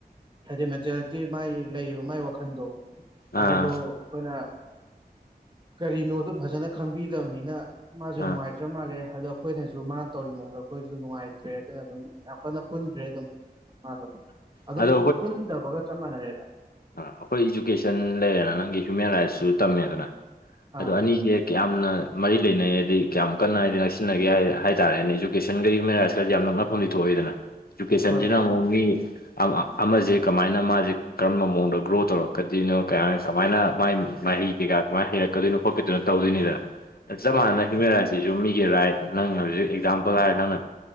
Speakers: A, on the right (about 30°); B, on the left (about 65°).
A: ꯍꯥꯏꯗꯤ ꯃꯦꯟꯇꯦꯂꯤꯇꯤ ꯃꯥꯒꯤ ꯂꯩꯔꯤꯕ ꯃꯥꯒꯤ ꯋꯥꯈꯟꯗꯣ
B: ꯑꯥ
A: ꯑꯗꯨꯗꯣ ꯑꯩꯈꯣꯏꯅ ꯀꯔꯤꯅꯣꯗꯨ ꯐꯖꯅ ꯈꯪꯕꯤꯗꯕꯅꯤꯅ ꯃꯥꯁꯨ
B: ꯑꯥ
A: ꯅꯨꯡꯉꯥꯏ ꯇ꯭ꯔꯥ ꯃꯥꯜꯂꯦ ꯑꯗꯣ ꯑꯩꯈꯣꯏꯅꯁꯨ ꯃꯥꯅ ꯇꯧꯔꯤ ꯃꯑꯣꯗꯣ ꯑꯩꯈꯣꯏꯁꯨ ꯅꯨꯡꯉꯥꯏꯇ꯭ꯔꯦ ꯑꯗꯨꯅ ꯑꯗꯨꯝ ꯌꯥꯝ ꯀꯟꯅ ꯄꯨꯟꯗ꯭ꯔꯦ ꯑꯗꯨꯝ ꯃꯥꯗꯣ ꯑꯗꯨꯝ
B: ꯑꯗꯣ
A: ꯄꯨꯟꯗꯕꯒ ꯆꯞ ꯃꯥꯟꯅꯔꯦꯗ
B: ꯑꯥ ꯑꯩꯈꯣꯏ ꯏꯖꯨꯀꯦꯁꯟ ꯂꯩꯔꯦꯅ ꯅꯪꯒꯤ ꯍ꯭ꯌꯨꯃꯦꯟ ꯔꯥꯏꯠꯁꯁꯨ ꯇꯝꯃꯦꯗꯅ ꯑꯗꯣ
A: ꯑꯥ
B: ꯑꯅꯤꯁꯦ ꯀꯤꯌꯥꯝꯅ ꯃꯔꯤ ꯂꯩꯅꯩ ꯍꯥꯏꯗꯤ ꯀꯌꯥꯝ ꯀꯟꯅ ꯍꯥꯏꯗꯤ ꯅꯛꯁꯤꯟꯅꯒꯦ ꯍꯥꯏ ꯍꯥꯏꯇꯥꯥꯔꯦꯅꯦ ꯏꯖꯨꯀꯦꯁꯟꯒ ꯍ꯭ꯌꯨꯃꯦꯟ ꯔꯥꯏꯠꯀꯁꯤ ꯌꯥꯝ ꯅꯛꯅ ꯐꯝꯗꯤ ꯊꯣꯛꯏꯗꯅ ꯏꯖꯨꯀꯦꯁꯟꯁꯤꯅ
A: ꯍꯣꯏ ꯐꯔꯦ
B: ꯑꯃꯨꯛ ꯃꯤ ꯑꯃ ꯑꯃꯖꯦ ꯀꯃꯥꯏꯅ ꯃꯥꯖꯦ ꯀꯔꯝꯕ ꯃꯑꯣꯡꯗ ꯒ꯭ꯔꯣ ꯇꯧꯔꯛꯀꯗꯣꯏꯅꯣ ꯀꯩꯌꯥꯏꯅꯤ ꯀꯃꯥꯏꯅ ꯃꯥꯥꯏ ꯃꯍꯩ ꯀꯩꯀꯥ ꯀꯃꯥꯏꯅ ꯍꯩꯔꯛꯀꯗꯣꯏꯅꯣ ꯈꯣꯠꯀꯗꯣꯏꯅꯣ ꯇꯧꯗꯣꯏꯅꯤꯗꯅ ꯆꯞ
A: ꯎꯝ
B: ꯃꯥꯟꯅ ꯍ꯭ꯌꯨꯃꯦꯟ ꯔꯥꯏꯠꯁꯤꯁꯨ ꯃꯤꯒꯤ ꯔꯥꯏꯠ ꯅꯪꯅ ꯍꯧꯖꯤꯛ ꯑꯦꯛꯖꯥꯝꯄꯜ ꯍꯥꯏꯔ ꯅꯪꯅ